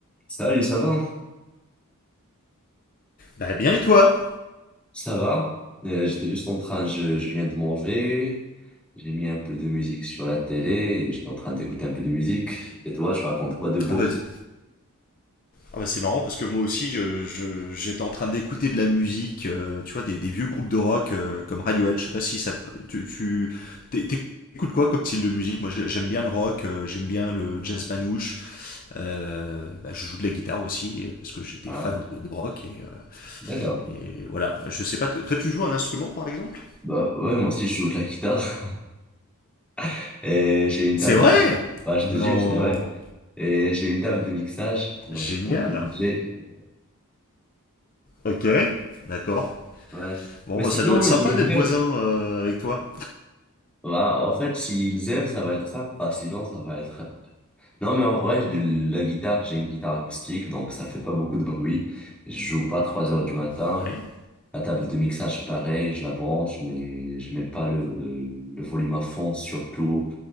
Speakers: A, in the centre; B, on the left.
A: Salut, ça va?
B: Bah bien et toi
A: Ça va? Euh, j'étais juste en train, je, je viens de manger, j'ai mis un peu de musique sur la télé, et j'étais en train d'écouter un peu de musique. Et toi, tu racontes quoi de beau?
B: Ah bah, t- ah bah, c'est marrant parce que moi aussi je- je- j'étais en train d'écouter de la musique, euh, tu vois, des, des vieux groupes de rock euh, comme Radiohead, je sais pas si ça... te- Tu, tu t'é- t'écoutes quoi comme style de musique Moi j'ai- j'aime bien le rock, euh, j'aime bien le jazz manouche, euh, bah, je joue de la guitare aussi euh, parce que j'étais
A: Ah,
B: fan de, de rock et, euh,
A: d'accord.
B: et voilà. Je sais pas, t- toi tu joues un instrument par exemple
A: Bah ouais, moi aussi je joue de la guitare <laughs> et j'ai une table
B: C'est vrai
A: de... Bah, je
B: Non
A: te jure, c'est vrai. Et j'ai une table de mixage, donc
B: Génial
A: je fais un peu de DJ.
B: Ok, d'accord.
A: Ouais.
B: Bon
A: Mais
B: bah
A: sinon,
B: ça doit être
A: le
B: sympa
A: Radiohead,
B: d'être voisin euh, avec toi.
A: bah en fait, s'ils aiment, ça va être sympa, sinon ça va être Non, mais en vrai, j'ai- la guitare, j'ai une guitare acoustique, donc ça fait pas beaucoup de bruit. Je joue pas à 3 heures du matin.
B: Ouais.
A: La table de mixage, pareil, je la branche, mais je mets pas le, le volume à fond, surtout